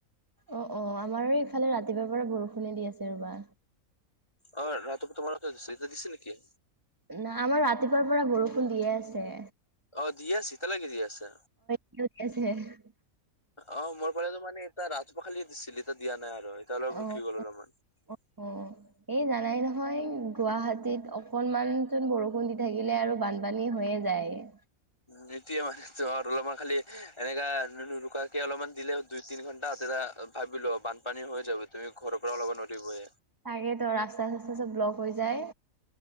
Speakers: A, on the right; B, on the left.
A: অঁ অঁ আমাৰো ইফালে ৰাতিপুৱাৰ পৰা বৰষুণে দি আছে ৰবা।
B: অঁ ৰাতিপুৱা তোমাৰ। এতিয়া দিছে নেকি?
A: নাই আমাৰ ৰাতিপুৱাৰ পৰা বৰষুণ দিয়ে আছে।
B: অঁ দিয়ে আছে এতিয়ালৈকে দি আছে।
A: <unintelligible>
B: অঁ মোৰ ফাললে তো মানে এটা ৰাজ পাখালি দিছিল এতিয়া দিয়া নাই আৰু এতিয়া অলপ
A: অ
B: ৰুকি গ'ল
A: অ
B: অলপমান। <inaudible>
A: অ', এই জানাই নহয় গুৱাহাটীত অকনমান চোন বৰষুণ দি থাকিলে আৰু বান- পানী হৈয়ে যায়।
B: নিদিয়ে মানে জ্বৰ অলপমান খালি এনেকা ৰুকাকে অলপমান দিলেও দুই তিনি ঘন্টা তেতিয়া- ভাবিলো বানপানী হৈ যাব তুমি ঘৰৰ পৰাও ওলাৱ নদী বোৰে।
A: তাকেই তো ৰাস্তা চাস্তা চব ব্লক হৈ যায়।